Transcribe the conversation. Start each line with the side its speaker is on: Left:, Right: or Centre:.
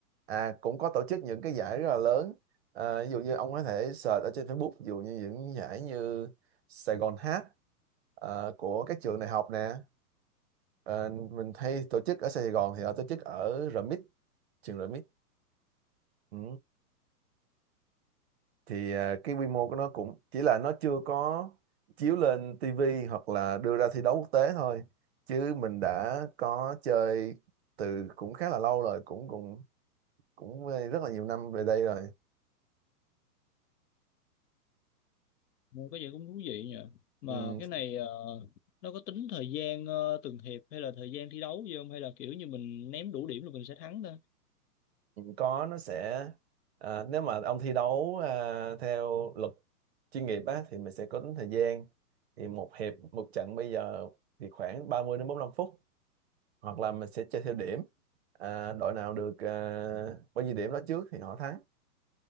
Right: à cũng có tổ chức những cái giải rất là lớn à, ví dụ như ông có thể search ở trên Facebook ví dụ như những giải như Sài Gòn Hát à, của các trường đại học nè Ờ, mình hay tổ chức ở Sài Gòn thì họ tổ chức ở RMIT trường RMIT ừ. thì à, cái quy mô của nó cũng chỉ là nó chưa có chiếu lên TV hoặc là đưa ra thi đấu quốc tế thôi chứ mình đã có chơi từ cũng khá là lâu rồi cũng cũng cũng rất là nhiều năm về đây rồi
Left: Nghe có vẻ cũng thú vị nhỉ mà
Right: Ừm,
Left: cái này ờ, nó có tính thời gian ờ, từng hiệp hay là thời gian thi đấu gì không hay là kiểu như mình ném đủ điểm là mình sẽ thắng ta
Right: có nó sẽ à, nếu mà ông thi đấu à, theo luật chuyên nghiệp á thì mình sẽ có tính thời gian thì một hiệp một trận bây giờ thì khoảng 30 đến 45 phút hoặc là mình sẽ chơi theo điểm à, đội nào được à, bao nhiêu điểm đó trước thì họ thắng